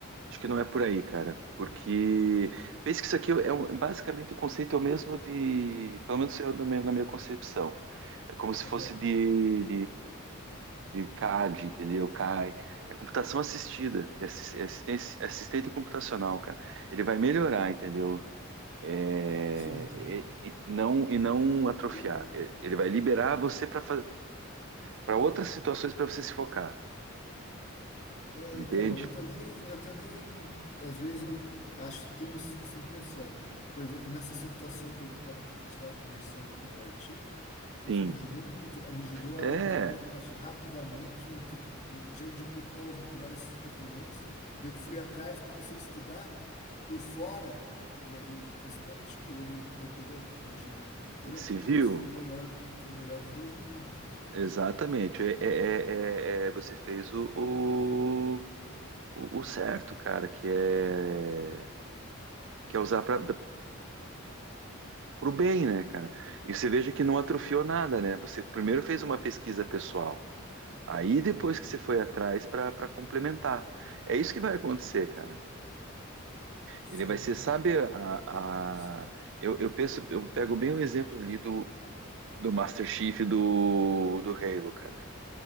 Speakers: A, on the right; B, on the left.
A: Acho que não é por aí, cara. Porque pensa que isso aqui é um- basicamente o conceito é o mesmo de, pelo menos eu, na minha, na minha concepção. É como se
B: Aham.
A: fosse de, de CAD, entendeu? CAI. É computação assistida, é assis- é assistência- assistente computacional, cara. Ele vai melhorar, entendeu? É,
B: Sim.
A: e, e não, e não atrofiar.
B: Eu,
A: É, Ele vai liberar você para para outras situações para você se focar,
B: É,
A: entende?
B: então, eu também, eu também, às vezes eu acho, tenho essa impressão, né? Por exemplo, nessa situação que eu tava, que estava conversando aqui do artigo, nossa,
A: Sim.
B: me ajudou muito, eh, me ajudou
A: É,
B: a entender o negócio rapidamente, me, ente- já indicou quais as melhores referências. Daí Eu fui atrás, comecei a estudar por fora e, e expandi. Eu não, eu peguei, aqui, aju- entendeu?
A: civil,
B: Isso foi o melhor, foi o melhor dos dois mundos, né?
A: exatamente. É, é- é- é- é, você fez o, o, o certo, cara, que é Quer usar para o bem, né, cara? E você veja que não atrofiou nada, né? Você primeiro fez uma pesquisa pessoal. Aí depois que você foi atrás para complementar. É isso que vai acontecer, cara.
B: Sim,
A: Ele vai ser, sabe, a,
B: sim.
A: a- eu, eu penso, eu pego bem o exemplo ali do, do Master Chief do, do Halo, cara.